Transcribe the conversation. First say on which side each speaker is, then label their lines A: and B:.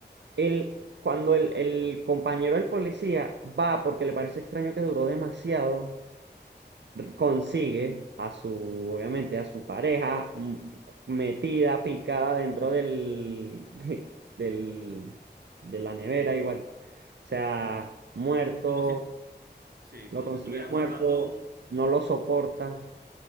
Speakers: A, on the right (about 75°); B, on the right (about 55°).
A: Él, cuando el, el compañero del policía va porque le parece extraño que duró demasiado consigue a su, obviamente, a su pareja mm, metida, picada dentro del, <laughs> del, de la nevera, igual. que- O sea, muerto,
B: Como si. Sí,
A: lo
B: como
A: consigue
B: si estuviera guardando
A: muerto,
B: un.
A: no lo soporta.